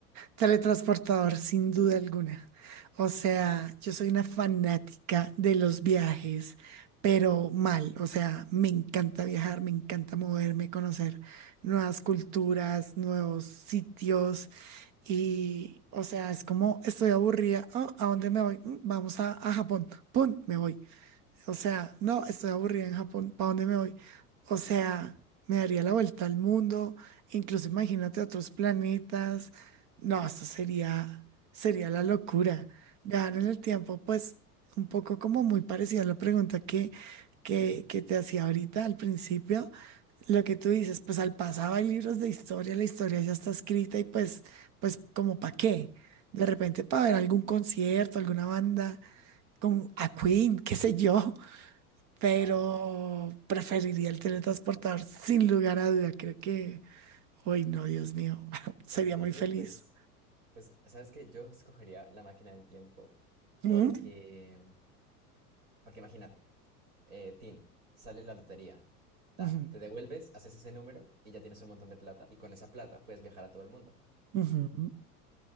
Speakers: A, on the right; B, on the right.
A: Teletransportador, sin duda alguna. O sea, yo soy una fanática de los viajes, pero mal. O sea, me encanta viajar, me encanta moverme, conocer nuevas culturas, nuevos sitios. Y, o sea, es como estoy aburrida. "Oh, ¿a dónde me voy? "Mm, Vamos a, a Japón. ¡Pum! Me voy. O sea, no, estoy aburrida en Japón, ¿para dónde me voy? O sea, me daría la vuelta al mundo, incluso imagínate otros planetas. No, esto sería, sería la locura. Viajar en el tiempo, pues un poco como muy parecida a la pregunta que, que, que te hacía ahorita al principio. Lo que tú dices, pues al pasado hay libros de historia, la historia ya está escrita y pues, pues como para qué. De repente para ver algún concierto, alguna banda, con a Queen, qué sé yo pero
B: Ah,
A: preferiría el teletransportador sin lugar a duda. Creo que, uy, no, Dios mío, <laughs> sería
B: ¿en serio?
A: muy feliz.
B: Pues, pues, ¿sabes qué? Yo escogería la máquina del tiempo porque,
A: ¿Mm?
B: porque imagínate, eh, Tin, sale la lotería, tan,
A: Ujú,
B: te devuelves, haces ese número y ya tienes un montón de plata y con esa plata puedes viajar a todo el mundo.
A: ujú.